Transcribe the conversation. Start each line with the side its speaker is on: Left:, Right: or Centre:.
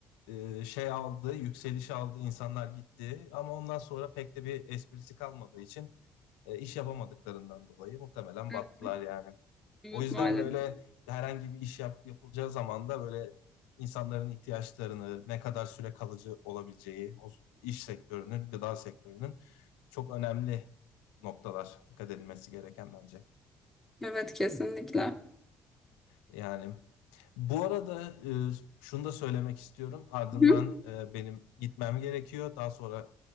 Left: e, şey aldı, yükseliş aldı, insanlar gitti. Ama ondan sonra pek de bir esprisi kalmadığı için e, iş yapamadıklarından dolayı muhtemelen
Centre: Evet,
Left: battılar yani.
Centre: evet
Left: O yüzden
Centre: maalesef.
Left: böyle herhangi bir iş yap, yapılacağı zaman da böyle insanların ihtiyaçlarını, ne kadar süre kalıcı olabileceği, o iş sektörünün, gıda sektörünün çok önemli noktalar dikkat edilmesi gereken bence.
Centre: Evet, kesinlikle. Hı
Left: Yani bu arada e, şunu da söylemek istiyorum. Ardından
Centre: hı.
Left: e, benim gitmem gerekiyor. Daha sonra